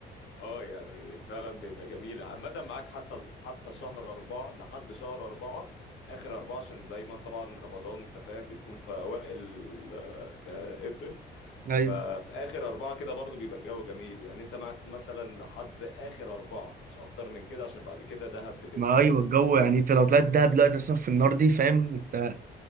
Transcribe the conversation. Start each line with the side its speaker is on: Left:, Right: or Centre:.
Left: اه يعني فعلا بيبقى جميل عامه معاك حتى حتى شهر اربعه لحد شهر اربعه اخر اربعه عشان دايما طبعا رمضان انت فاهم بيكون في اوائل آه، آه، ابريل
Right: ايوه
Left: ففي اخر اربعه كده برضو بيبقى الجو جميل يعني انت معاك مثلا لحد اخر اربعه مش اكتر من كده عشان بعد كده دهب بتبقى
Right: ما ايوه الجو يعني انت لو طلعت دهب دلوقتي اصلا في النار دي فاهم انت